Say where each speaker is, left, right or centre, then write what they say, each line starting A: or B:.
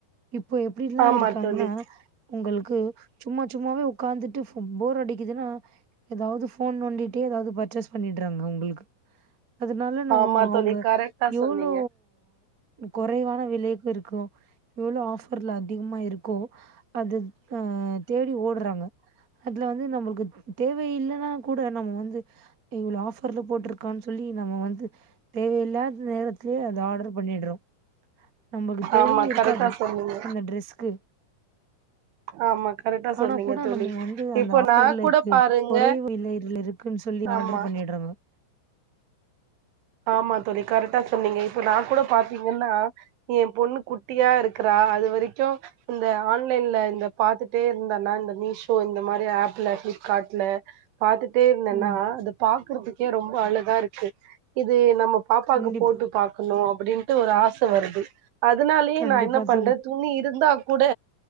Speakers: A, on the right; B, on the right.
A: இப்போ எப்டிலா
B: ஆமா
A: இருக்காங்கன்னா
B: தோழி
A: உங்களுக்கு சும்மா சும்மாவே உக்காந்துட்டு போர் அடிக்குதுன்னா எதாவது ஃபோன் நோண்டிட்டே ஏஎதாவது பர்ச்சேஸ் பண்ணிட்றாங்க அவுங்குளுக்கு அதனால ந
B: ஆமா
A: அவுங்க
B: தோழி கரெக்டா
A: எவ்ளோ
B: சொன்னீங்க
A: குறைவான விலைக்கு இருக்கு எவ்ளோ ஆஃபர்ல அதிகமா இருக்கோ அது அ தேடி ஓட்றாங்க அதுல வந்து நம்பளுக்கு தேவை இல்லன்னா கூட நம்ம வந்து இவ்ளோ ஆஃபர்ல போட்ருக்கான்னு சொல்லி நம்ம வந்து தேவையில்லாத நேரத்துலேயே அது ஆர்டர் பண்ணிட்றோ நம்மளுக்கு தேவையே
B: ஆமா
A: இருக்காது
B: கரெக்டா சொன்னீங்க
A: அந்த ட்ரெஸ்க்கு
B: ஆமா கரெக்டா
A: ஆனா
B: சொன்னீங்க
A: கூட
B: தோழி
A: நம்ம வந்து அந்த
B: இப்போ
A: ஆஃபர்ல
B: நா கூட
A: இருக்கு
B: பாருங்க
A: கொறைவு விலைல இருக் இருக்குன்னு சொல்லி
B: ஆமா
A: ஆர்டர் பண்ணிட்றாங்க
B: ஆமா தோழி கரெக்டா சொன்னீங்க இப்ப நா கூட பாத்தீங்கன்னா எ பொண்ணு குட்டியா இருக்கறா அது வரைக்கு இந்த ஆன்லைன்ல இந்த பாத்துட்டே இருந்தன்னா இந்த மீஷோ இந்த மாரி ஆப்ல பிளிப்கார்ட்ல பாத்துட்டே இருந்தன்னா
A: ம்.
B: அத பாக்குறதுக்கே ரொம்ப அழகா இருக்கு இது நம்ம பாப்பாவுக்கு
A: கண்டிப்பா,
B: போட்டு பாக்கணு அப்டின்ட்டு ஒரு ஆச வருது அதனாலேயே
A: கண்டிப்பா
B: நா என்ன பண்ற
A: தோழி.
B: துணி இருந்தா கூட